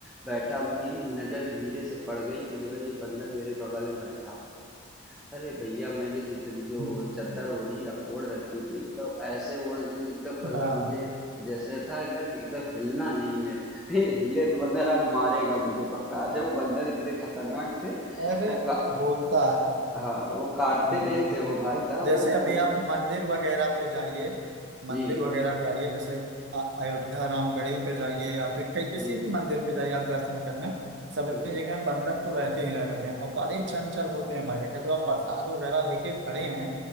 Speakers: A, in the centre; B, on the right.
A: बैठा मेरी नजर धीरे से पड़ गई कि जो है ये बंदर मेरे बगल में बैठा हुआ है। अरे भैया मैंने जितनी जो
B: हम्म,
A: चादर ओढ़ी रख ओढ़ रखी थी एकदम ऐसे ओढ़ ली कि एकदम मतलब
B: हम्म। हाँ
A: मुझे जैसे था ना कि एकदम हिलना नहीं है <laughs> हिले तो बंदर आज मारेगा मुझे पक्का अच्छा वो बंदर इतने खतरनाक थे वो
B: अरे
A: का,
B: होता है
A: हाँ वो काटते
B: हम्म,
A: नहीं थे वो भाई था वो
B: जैसे अभी
A: को,
B: आप मंदिर वगैरह पे जाइए मंदिर
A: जी जी
B: वगैरह पे जाइए जैसे अ- अयोध्या रामगढ़ी पे जाइए या फिर कहीं किसी
A: जी
B: भी
A: जी
B: मंदिर पे जाइए आप दर्शन करने सभी
A: बिल्कुल
B: जगह बंधक तो रहते ही रहते हैं और बड़े चंचल होते हैं भाई अगर जो आप प्रसाद वगैरह लेके खड़े हैं